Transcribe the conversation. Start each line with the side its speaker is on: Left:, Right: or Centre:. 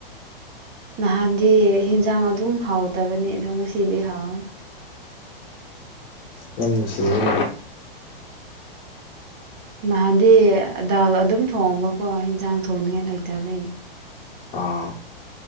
Right: ꯅꯍꯥꯟꯗꯤ ꯍꯤꯟꯖꯥꯡ ꯑꯗꯨꯝ ꯍꯥꯎꯇꯕꯅꯤ ꯑꯗꯣ ꯉꯁꯤꯗꯤ ꯍꯥꯎꯋꯤ
Left: ꯌꯥꯝ ꯅꯨꯡꯁꯤꯌꯦ
Right: ꯅꯍꯥꯟꯗꯤ ꯗꯥꯜ ꯑꯗꯨꯝ ꯊꯣꯡꯕꯀꯣ ꯍꯤꯟꯖꯥꯡ ꯊꯣꯡꯅꯤꯉꯥꯏ ꯂꯩꯇꯕꯩ
Left: ꯑꯣ